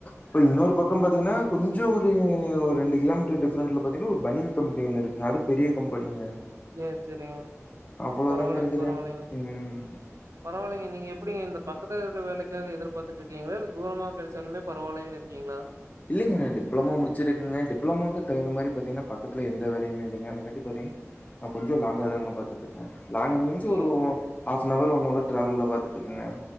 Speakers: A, on the left; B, on the right.
A: இப்ப இன்னொரு பக்கம் இரு பாத்தீங்கன்னா கொஞ்ச ஒரு ரெண்டு கிலோமீட்டர் டிஃபரன்ஸ்ல பாத்தீங்கன்னா ஒரு பனியன் கம்பெனி ஒண்ணு இருக்கு அது பெரிய கம்பெனிங்க
B: சேரி சேரிங்க
A: அவ்வளோதாங்க
B: பரவால்லிங்க
A: இருக்குது
B: பரவால்லிங்க
A: ம்
B: பரவால்லிங்க நீங்க எப்டிங்க இந்த பக்கத்துல இருக்க வேலைக்காக எதிர்பார்த்துட்டு இருக்கீங்களா இல்ல தூரமா கெடச்சாலுமே பரவாயில்லன்னு இருக்கீங்களா
A: இல்லிங்க நா டிப்ளமமா முடிச்சு இருக்கங்க டிப்ளமோக்கு தகுந்த மாரி பாத்தீங்கன்னா பக்கத்துல எந்த வேலையுமே இல்லிங்க அதை கட்டி பாத்தீங்கன்னா நா கொஞ்சம் லாங்காத தாங்க பாத்துட்டு இருக்க லாங்கு மீன்ஸ்
B: சரி,
A: ஒரு ஹப்வர் ஒன் ஹவர் ட்ராவல்ல தா எத்து இருக்குங்க